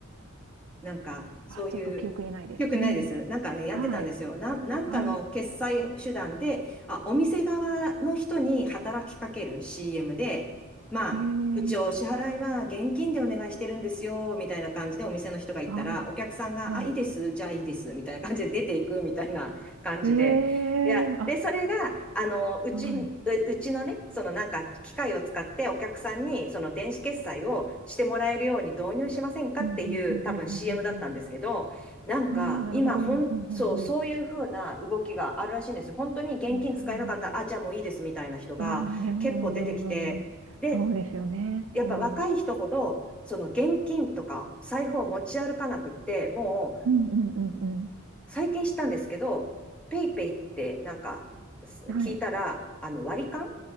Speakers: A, in the centre; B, on the right.
A: なんか、そういう、
B: あ、ちょっと記憶にないです。
A: 記憶ないです。
B: うん。
A: なんかね、やってたんですよ。
B: はい。
A: なん、なんかの決済手段で、
B: はい。
A: あ、お店側の人に働きかける CM で、まあ、
B: え
A: うちお支払いは現金でお願いしてるんですよ、
B: え。
A: みたいな感じでお店の人が言ったら、
B: はい。
A: お客さんが、
B: はい。
A: あ、いいです、じゃあいいです、みたいな感じで出ていくみたいな感じで、
B: え
A: いや、
B: え。あ、
A: で、それが、あの、うち
B: はい。
A: うちのね、そのなんか機械を使ってお客さんにその電子決済をしてもらえるように導入しませんかっていう多分
B: うん、うん、うん、うん、
A: CM だったんですけど、
B: うん、うん。
A: なんか今ほん、
B: ああ、なるほど。うん、
A: そう、
B: うん、
A: そういう風な動きがあるらしいんですよ。
B: うん。
A: 本当に現金使えなかったら、
B: いやー、
A: あ、じゃあもういいですみたいな人が結構出てきて、
B: ああ、でも、うん、うん、うん。うん
A: で、
B: そうですよね。
A: やっぱ若い人ほど、
B: うん。うん、
A: その現金とか財布を持ち歩かなくって、もう、
B: うん、うん、うん。
A: 最近したんですけど、ペイペイってなんかす聞いたら、
B: はい。
A: あの割り勘